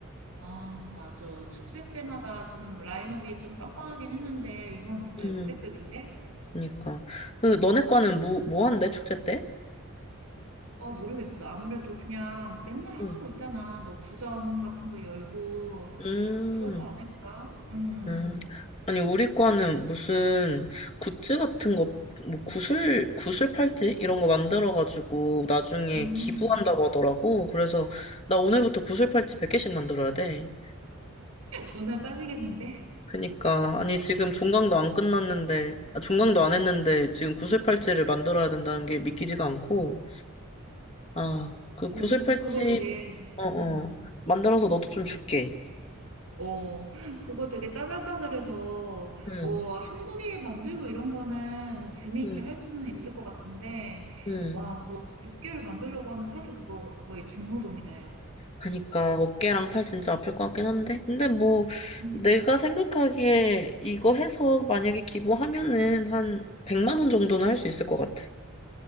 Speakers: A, on the right; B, on the left.
A: 아, 맞아. 축제 때마다 좀 라인업이 좀 빵빵하긴 했는데, 이번 진짜
B: 음,
A: 역대급인데?
B: 그니까. 그, 너네 과는 뭐, 뭐 한대, 축제 때?
A: 어, 모르겠어. 아무래도 그냥 맨날 하는
B: 응.
A: 거 있잖아. 뭐 주점 같은 거 열고,
B: 음.
A: 뭐 그러지 않을까? 음,
B: 음, 아니, 우리 과는 무슨 굿즈 같은 거, 뭐 구슬, 구슬 팔찌? 이런 거 만들어가지고 나중에
A: 음,
B: 기부한다고 하더라고. 그래서 나 오늘부터 구슬 팔찌 100개씩 만들어야 돼.
A: 눈알 빠지겠는데?
B: 그니까, 아니, 지금 종강도 안 끝났는데, 아, 종강도 안 했는데 지금 구슬 팔찌를 만들어야 된다는 게 믿기지가 않고, 아, 그
A: 오,
B: 구슬 팔찌,
A: 그거 되게,
B: 어어,
A: 음. 음.
B: 만들어서 너도 좀 줄게.
A: 어, 그거 되게 짜잘짜잘해서
B: 응,
A: 뭐 한두 개 만들고 이런 거는 재미있게
B: 응,
A: 할 수는 있을 것 같은데,
B: 응.
A: 와, 그거 100개를 만들려고 하면 사실 그거 거의 중노동이다, 야.
B: 그러니까 어깨랑 팔 진짜 아플 것 같긴 한데 근데 뭐
A: 음.
B: 내가 생각하기에 이거 해서 만약에 기부하면은 한 100만 원 정도는 할 수 있을 것 같아.